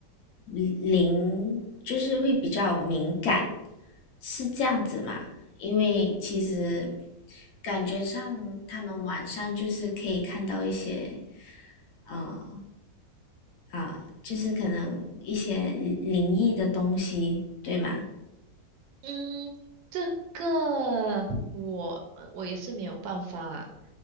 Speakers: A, on the left (about 60°); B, on the right (about 85°).
A: 嗯灵，就是会比较敏感。是这样子嘛？因为其实感觉上他们晚上就是可以看到一些呃啊，就是可能一些灵灵异的东西，对吗？
B: 嗯，这个我我也是没有办法，